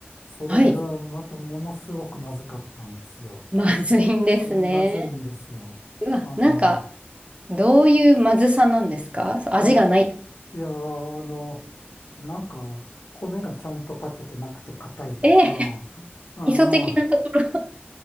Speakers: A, on the left; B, on the right.
A: それがまたものすごくまずかったんですよ。
B: はい。まずいんですね。
A: うんまずいんですよ。
B: うわ、
A: あの、
B: なんか、どういうまずさなんですかそう味がない。
A: いや、いや、あの、なんか、米がちゃんと炊けてなくて硬いとか、
B: えー、
A: あの、
B: 基礎的なところ。